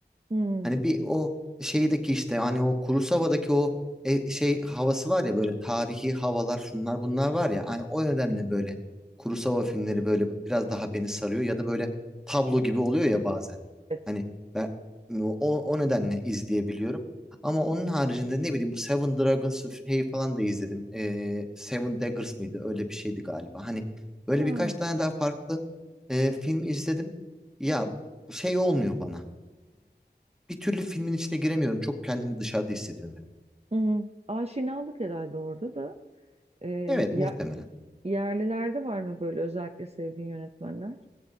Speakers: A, on the right (about 35°); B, in the centre.
A: Hmm.
B: Hani bir o şeydeki işte hani o Kurosawa'daki o e, şey havası var ya böyle tarihi havalar şunlar bunlar var ya hani o nedenle böyle Kurosawa filmleri böyle biraz daha beni sarıyor ya da böyle tablo gibi oluyor ya bazen.
A: Evet.
B: Hani ben o, o nedenle izleyebiliyorum. Ama onun haricinde ne bileyim bu Seven Dragons şeyi falan da izledim. Ee, Seven Daggers mıydı? Öyle bir şeydi galiba. Hani böyle
A: Aa.
B: birkaç tane daha farklı e, film izledim. Ya şey olmuyor bana bir türlü filmin içine giremiyorum. Çok kendimi dışarıda hissediyorum. hep.
A: Hı-hı. Aşinalık herhalde orada da. Ee,
B: Evet
A: ya,
B: muhtemelen.
A: yerlilerde var mı böyle özellikle sevdiğin yönetmenler?